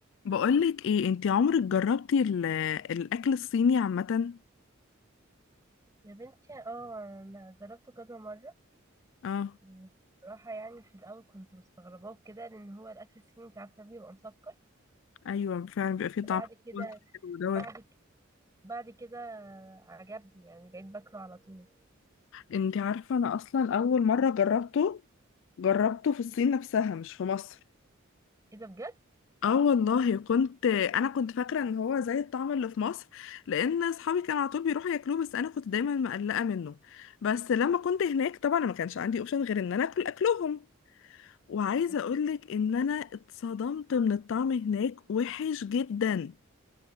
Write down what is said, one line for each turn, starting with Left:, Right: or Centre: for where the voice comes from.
Left: بقولك ايه انتي عمرك جربتي ال- الاكل الصيني عامة
Right: يا بنتي اه انا جربته كذا مره
Left: اه
Right: وبصراحه يعني في الاول كنت مستغرباه كده لان هو الاكل الصيني انت عارفه بيبقى مسكر
Left: ايوه فعلا بيبقى فيه طعم
Right: بعد كده
Left: حلو دوت
Right: بعد ك- بعد كده عجبني يعني بقيت باكله على طول
Left: انتي عارفة انا اصلا اول مرة جربته جربته في الصين نفسها مش في مصر
Right: ايه ده بجد
Left: اه والله كنت انا كنت فاكرة ان هو زي الطعم اللي في مصر لان اصحابي كانوا على طول بيروحوا ياكلوه بس انا كنت دايما مقلقة منه بس لما كنت هناك طبعا ما كانش عندي اوبشن غير ان انا اكل اكلهم وعايزة
Right: اكيد
Left: اقولك ان انا اتصدمت من الطعم هناك وحش جدا